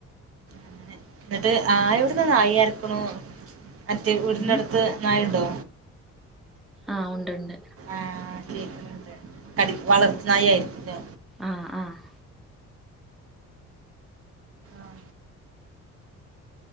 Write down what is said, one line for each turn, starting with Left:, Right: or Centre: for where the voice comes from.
Right: അങ്ങനെ എന്നിട്ട് ആ എവടെന്നനായി കൊര ക്കണു- മറ്റേ വീടിന്റെ
Centre: ഉം
Right: അടുത്ത് നായുണ്ടോ?
Centre: ആഹ് ഒണ്ട്ണ്ട്-
Right: ആഹ കേക്ക്ണ് ണ്ട് വളർത്ത് നായ ആയിരിക്കുല്ലേ
Centre: ആഹ് ആഹ്
Right: ആഹ